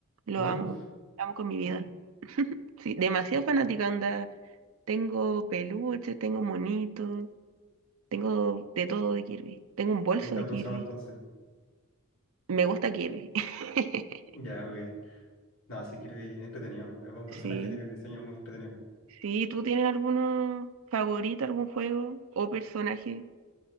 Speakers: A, on the right (about 70°); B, on the left (about 65°).
A: lo
B: Muy.
A: amo, lo amo con mi vida. Sí, demasiado fanática onda, tengo peluches, tengo monitos, tengo de todo de Kirby, tengo un bolso
B: Me gusta
A: de
B: el
A: Kirby,
B: rosado entonces.
A: me gusta Kirby. <laughs>
B: Ya, güey. No, sí, Kirby, entretenido. Es un personaje,
A: Sí,
B: que tiene el diseño muy entretenido.
A: sí, ¿tú tienes alguno favorito, algún juego o personaje?